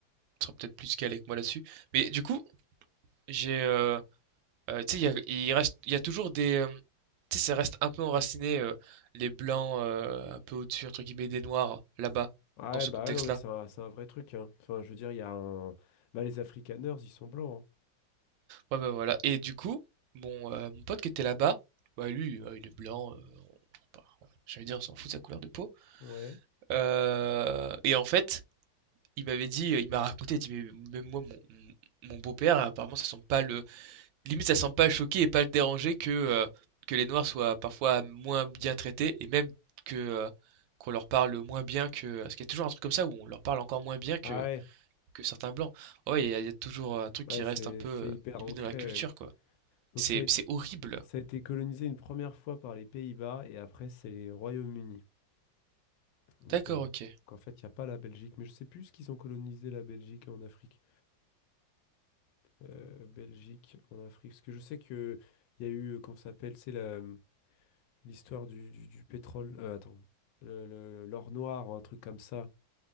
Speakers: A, on the right; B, on the left.
A: tu seras peut-être plus calé que moi là-dessus. Mais du coup, j'ai, heu Euh, tu sais, il y a, il reste, il y a toujours des. euh, tu sais, ça reste un peu enraciné, euh, les blancs euh, un peu au-dessus, entre guillemets, des noirs, là-bas,
B: Ah
A: dans
B: ouais,
A: ce
B: bah
A: contexte-là.
B: ouais, non, mais c'est un, c'est un vrai truc, hein. Enfin, je veux dire, il y a un... Bah, les Afrikaners, ils sont blancs,
A: Ouais, bah voilà. Et du coup, bon, euh, mon pote qui était là-bas, bah lui, euh, il est blanc, euh, bah, j'allais dire, on s'en fout de sa couleur de peau.
B: hein. Ouais.
A: Euh, et en fait, il m'avait dit, il m'a raconté, il dit, mais même moi, mon, mon- mon beau-père, apparemment, ça sent pas le, Limite ça semble pas le choquer et pas le déranger que, heu, que les noirs soient parfois moins bien traités et même que, heu, qu'on leur parle moins bien que, euh, parce qu'il y a toujours un truc comme ça où on leur parle encore moins bien que
B: Ah ouais,
A: que certains blancs. Ah Ouais, il y a il y a toujours, un truc qui
B: ouais, c'est,
A: reste un peu,
B: c'est
A: heu,
B: hyper
A: limite
B: ancré,
A: dans la culture,
B: ouais.
A: quoi.
B: Donc,
A: C'est
B: ça a,
A: c'est horrible.
B: ça a été colonisé une première fois par les Pays-Bas, et après, c'est les Royaumes-Unis. Donc,
A: D'accord,
B: euh,
A: OK.
B: donc, en fait, il n'y a pas la Belgique, mais je sais plus ce qu'ils ont colonisé la Belgique en Afrique. Euh, Belgique en Afrique. Parce que je sais que il y a eu, euh, comment ça s'appelle, c'est la, l'histoire du, du, du pétrole... euh, attends, le, le- l'or noir, ou un truc comme ça.